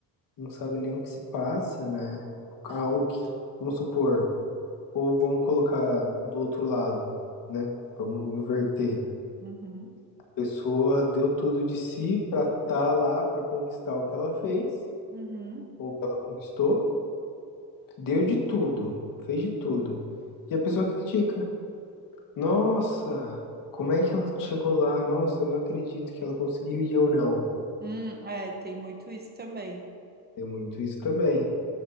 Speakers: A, on the left (about 60°); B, on the right (about 25°).
A: não sabe nem o que se passa, né? Ah, o que, vamos supor, ou vamos colocar do outro lado, né? Vamos inverter.
B: Uhum,
A: A pessoa deu tudo de si pra estar lá, pra conquistar o que ela fez.
B: uhum.
A: ou que ela conquistou, deu de tudo, fez de tudo. E a pessoa critica. Nossa, como é que ela chegou lá? Nossa, eu não acredito que ela conseguiu e eu não.
B: Hum, é, tem muito isso também.
A: Tem muito isso também,